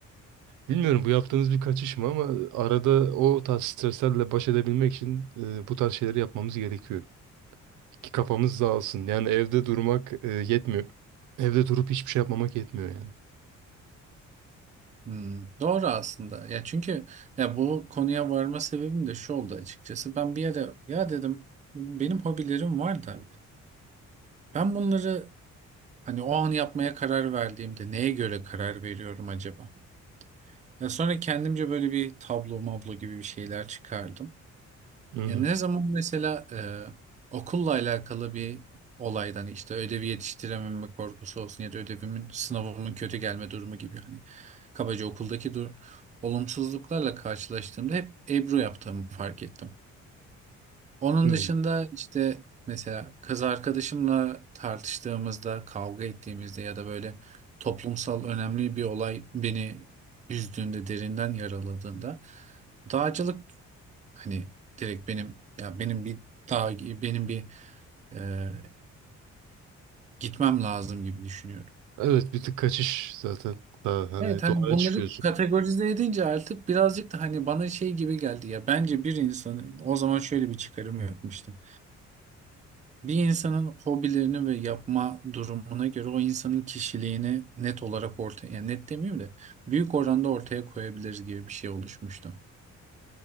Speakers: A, on the right; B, on the right.
A: Bilmiyorum bu yaptığınız bir kaçış mı ama arada o tarz streslerle baş edebilmek için e, bu tarz şeyleri yapmamız gerekiyor. Ki kafamız dağılsın. Yani evde durmak e, yetmiyor. Evde durup hiçbir şey yapmamak yetmiyor yani.
B: Hmm, doğru aslında. Ya çünkü ya bu konuya varma sebebim de şu oldu açıkçası. Ben bir yere ya dedim benim hobilerim var da ben bunları hani o an yapmaya karar verdiğimde neye göre karar veriyorum acaba? Ya sonra kendimce böyle bir tablo mablo gibi bir şeyler çıkardım.
A: Hı hı.
B: Ya ne zaman mesela e, okulla alakalı bir olaydan hani işte ödevi yetiştirememe korkusu olsun ya da ödevimin sınavımın kötü gelme durumu gibi hani kabaca okuldaki dur olumsuzluklarla karşılaştığımda hep Ebru yaptığımı fark ettim. Onun
A: Hı.
B: dışında işte mesela kız arkadaşımla tartıştığımızda, kavga ettiğimizde ya da böyle toplumsal önemli bir olay beni üzdüğünde, derinden yaraladığında dağcılık Hani direkt benim ya benim bir daha benim bir e, gitmem lazım gibi düşünüyorum.
A: Evet bir tık kaçış zaten. Daha hani
B: Evet hani
A: doğaya
B: bunları
A: çıkıyorsun.
B: kategorize edince artık birazcık da hani bana şey gibi geldi ya bence bir insanın o zaman şöyle bir çıkarım yapmıştım. Bir insanın hobilerini ve yapma durumuna göre o insanın kişiliğini net olarak ortaya yani net demeyeyim de büyük oranda ortaya koyabiliriz gibi bir şey oluşmuştu.